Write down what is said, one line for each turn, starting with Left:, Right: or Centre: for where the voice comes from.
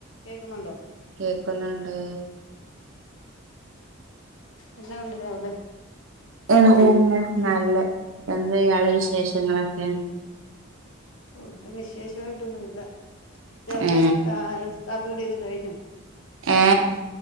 Left: കേക്കുന്നുണ്ടോ?
Right: കേക്കുന്ന്ണ്ട്.
Left: എന്നാ ഉണ്ട് രാവിലെ?
Right: എന്തെന്ന് നല്ലത്. എന്താ ഇയാളെ വിശേഷങ്ങളെക്കെ?
Left: ഓഹ് ഇവ്ടെ വിശേഷവായിട്ടൊന്നും ഇല്ല. ദേ അവിട്ത്തെ
Right: ഏ
Left: ആഹ് കാപ്പി കൂടിയൊക്കെ കഴിഞ്ഞു.
Right: ഏ